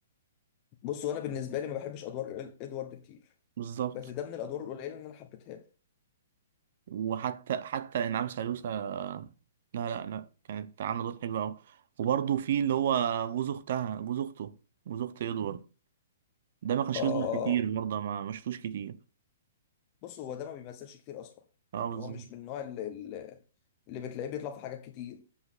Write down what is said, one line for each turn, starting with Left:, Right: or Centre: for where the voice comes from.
Left: بص وانا بالنسبه لي ما بحبش ادوار إل- ادوارد كتير
Right: بالظبط
Left: بس ده من الادوار القليله اللي انا حبيتها له
Right: وحتى حتى إنعام سالوسة لا لا لا كانت عاملة دور حلو أوي وبرضه في اللي هو جوز أختها جوز أخته جوز أخت إدوارد ده ما كانش
Left: اه اه
Right: بيظهر كتير
Left: آه.
Right: برضه ما ما شفتوش كتير
Left: بص هو ده ما بيمثلش كتير اصلا
Right: اه
Left: يعني
Right: بالظبط
Left: هو مش من النوع اللي, اللي بتلاقيه بيطلع في حاجات كتير